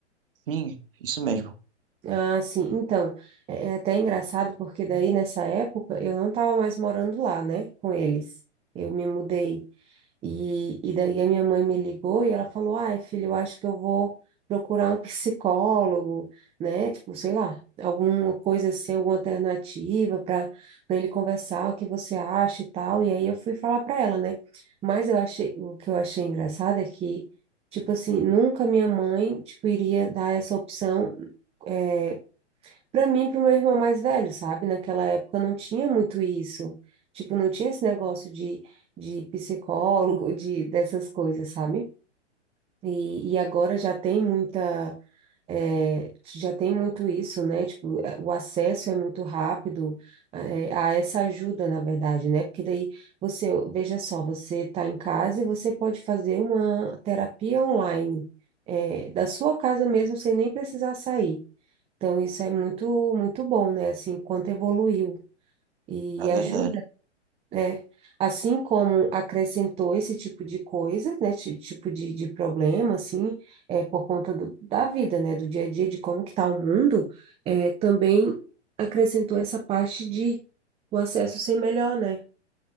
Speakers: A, on the right; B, on the right.
A: Sim, isso mesmo.
B: Ah, sim. Então, é é até engraçado porque daí nessa época eu não estava mais morando lá, né, com eles. Eu me mudei e, e daí a minha mãe me ligou e ela falou: "Ai, filho, eu acho que eu vou procurar um <laughs> psicólogo, né? Tipo, sei lá, alguma coisa assim, alguma alternativa para para ele conversar, o que você acha e tal". E aí eu fui falar para ela, né? Mas eu achei, o que eu achei engraçado é que Tipo assim, nunca minha mãe, tipo, iria dar essa opção é, Pra mim, e pro meu irmão mais velho, sabe? Naquela época não tinha muito isso. Tipo, não tinha esse negócio de, de psicólogo, de dessas coisas, sabe? E, e agora já tem muita, é, já tem muito isso, né? Tipo, é, o acesso é muito rápido, é, a essa ajuda, na verdade, né? Porque daí você, veja só, você tá em casa e você pode fazer uma terapia online, é, da sua casa mesmo, sem nem precisar sair. Então, isso é muito, muito bom, né? Assim, quanto evoluiu e
A: É verdade,
B: ajuda, né? Assim como acrescentou esse tipo de coisa, né? Ti- Tipo de, de problema, assim, é, por conta do- da vida, né? Do dia a dia, de como que tá o mundo, é, também acrescentou essa parte de o acesso ser melhor, né?